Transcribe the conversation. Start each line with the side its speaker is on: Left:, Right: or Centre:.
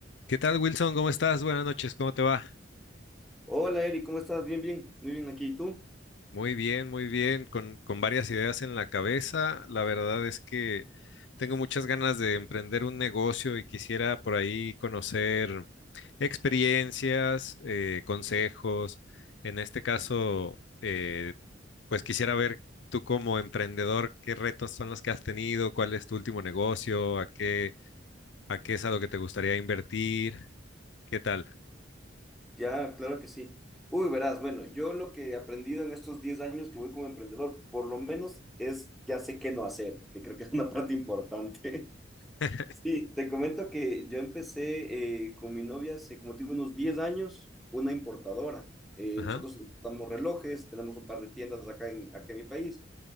Left: ¿Qué tal, Wilson? ¿Cómo estás? Buenas noches, ¿cómo te va?
Centre: Hola Eri, ¿cómo estás? Bien, bien, muy bien aquí. ¿Y tú?
Left: Muy bien, muy bien, con, con varias ideas en la cabeza. La verdad es que tengo muchas ganas de emprender un negocio y quisiera por ahí conocer experiencias, eh, consejos. En este caso, eh, pues quisiera ver tú como emprendedor, qué retos son los que has tenido, cuál es tu último negocio, a qué, a qué es a lo que te gustaría invertir, ¿qué tal?
Centre: Ya, claro que sí. Uy, verás, bueno, yo lo que he aprendido en estos 10 años que voy como emprendedor, por lo menos es ya sé qué no hacer, que creo que es una parte importante. <laughs>
Left: <laughs>
Centre: Sí, te comento que yo empecé eh, con mi novia hace como te digo unos 10 años, una importadora. Eh,
Left: Ajá.
Centre: nosotros importamos relojes, tenemos un par de tiendas acá en, acá en mi país